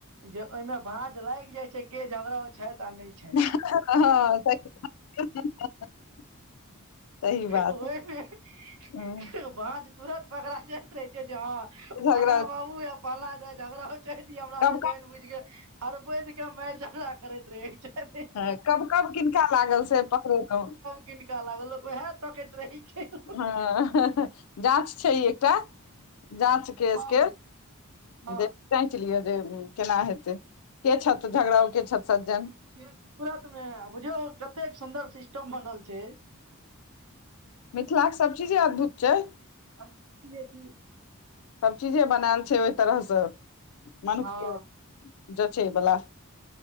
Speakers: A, on the right; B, on the left.
A: जे ओहिमें भाज लागि जाय छै के झगड़ाव छै आ नहि छै
B: हँ <unintelligible> <unintelligible> सही बात
A: ओ <unintelligible>
B: हँ
A: <unintelligible> बाँज तुरत पकड़ा जायत रहे छै जे ह
B: झगड़ा
A: फलना बाबू या फलना जाय झगड़ाव छैत इ हमरा
B: कब
A: जानि बुझिक अर वैद के मारि झगड़ा करैत रहे छथ
B: ह कब कब किनका लागल से पकड़ेलौ
A: कीनका लागल ओहे तकै रहै छै <unintelligible> <unintelligible>
B: हँ जाँच छै ई एकटा जाँच के
A: हँ
B: स्क
A: हँ
B: जाँच लियौ जे केना हेतै के छथ झगड़ा के छथि सज्जन
A: तुरत मे आ बुझियौ कतेक सुन्दर सिस्टम बनल छ
B: मिथिला के सब चीजे अद्भुत छै
A: की
B: सब चीजे बनायल छै ओहि तरहसँ मनुख
A: हँ
B: के जचे वला